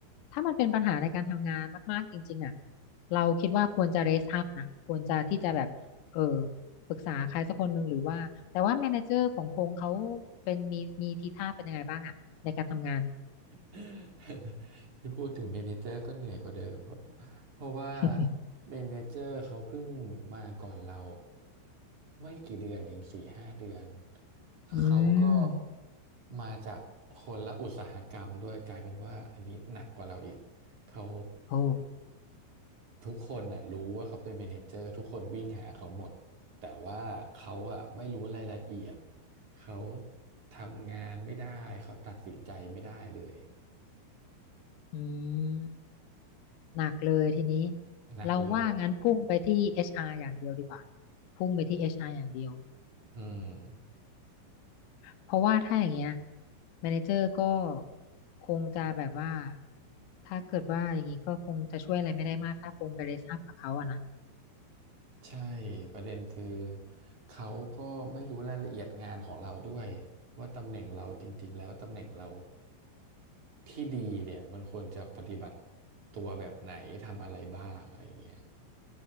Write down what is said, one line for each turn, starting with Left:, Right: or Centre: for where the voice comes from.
Left: ถ้ามันเป็นปัญหาในการทำงานมากๆจริงๆอ่ะเราคิดว่าควรจะ raise up นะควรจะที่จะแบบเออปรึกษาใครสักคนหนึ่งหรือว่าแต่ว่า manager ของพงษ์เขาเป็นมีมีทีท่าเป็นยังไงบ้างอ่ะในการทำงาน
Right: <laughs> ที่พูดถึงเมเนเจอร์ก็เหนื่อยกว่าเดิมเพราะเพราะว่า
Left: <laughs>
Right: เมเนเจอร์เขาเพิ่งมาก่อนเราไม่กี่เดือนเองสี่ห้าเดือน
Left: อื
Right: เขาก็
Left: ม
Right: มาจากคนละอุตสาหกรรมด้วยกลายเป็นว่าอันนี้หนักกว่าเราอีกเขา
Left: โอ้
Right: ทุกคนน่ะรู้ว่าเขาเป็นเมเนเจอร์ทุกคนวิ่งหาเขาหมดแต่ว่าเขาอ่ะไม่รู้รายละเอียดเขาทำงานไม่ได้เขาตัดสินใจไม่ได้เลย
Left: อืมหนักเลยทีนี้
Right: หนักเลย
Left: เราว่างั้นพุ่งไปที่เอชอาร์อย่างเดียวดีกว่าพุ่งไปที่เอชอาร์อย่างเดียว
Right: อืม
Left: เพราะว่าถ้าอย่างเงี้ยแมเนเจอร์ก็คงจะแบบว่าถ้าเกิดว่าอย่างนี้ก็คงจะช่วยอะไรไม่ได้มากถ้าปมไปเลยทราบกับเขาอะนะ
Right: ใช่ประเด็นคือเขาก็ไม่รู้รายละเอียดงานของเราด้วยว่าตำแหน่งเราจริงๆแล้วตำแหน่งเราที่ดีเนี่ยมันควรจะปฏิบัติตัวแบบไหนทำอะไรบ้างอะไรอย่างเงี้ย